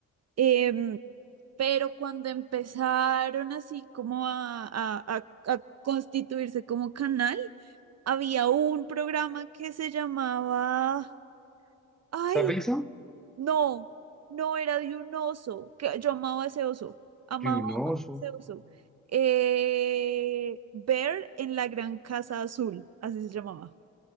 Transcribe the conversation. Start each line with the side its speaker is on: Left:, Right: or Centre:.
Right: em, pero cuando empezaron así como a, a, a- a constituirse como canal, había un programa que se llamaba, ay,
Centre: ¿Sabes ¿Sapinson?
Right: No, no era de un oso, que yo amaba ese oso, amaba,
Centre: Junoso.
Right: amaba ese oso. Eh, Bear en la Gran Casa Azul, así se llamaba.